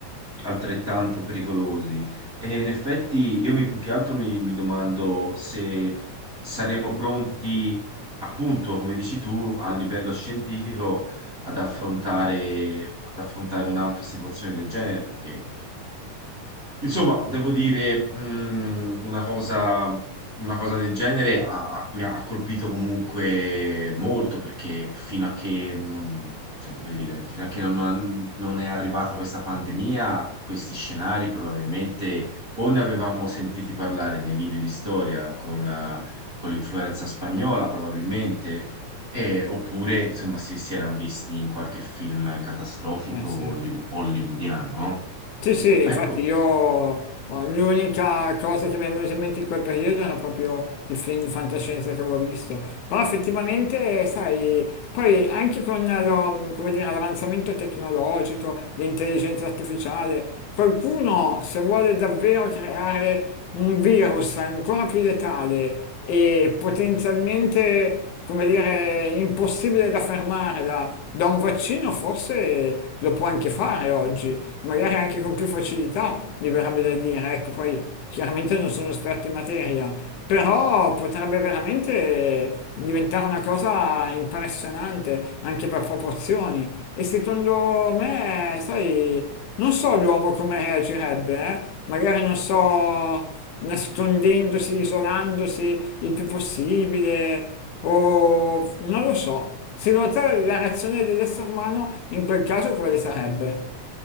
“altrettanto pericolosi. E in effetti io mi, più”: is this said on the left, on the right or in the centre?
Right